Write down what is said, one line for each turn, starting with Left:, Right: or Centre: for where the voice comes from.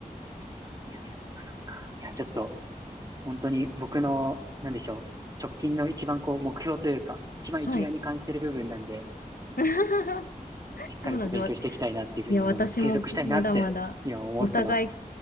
Right: いや、そっかそっか。いや、ちょっと、本当に僕の、なんでしょう、直近の一番こう、目標というか、一番生きがいに感じてる部分なんで、
Left: はい。<laughs>
Right: しっかりこう勉強していきたいなっていうふうに思います。
Left: そうなんですよ。いや、私もまだまだお互い
Right: 継続したいなって、今思ってます。